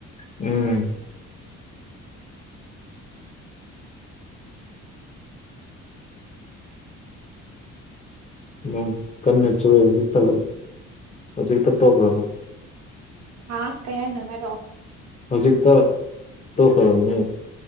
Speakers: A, on the left (about 25°); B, on the right (about 60°).
A: ꯎꯝ ꯎ ꯀꯟꯅ ꯆꯨ ꯏꯠꯇ ꯍꯧꯖꯤꯛ ꯇꯞ ꯇ꯭ꯔꯔ
B: ꯍꯥꯥ ꯀꯌꯥꯅꯅꯨꯡ ꯍꯥꯏꯔꯛꯣ
A: ꯍꯧꯖꯤꯛꯇ ꯇꯣꯛꯈ꯭ꯔꯕꯅꯦ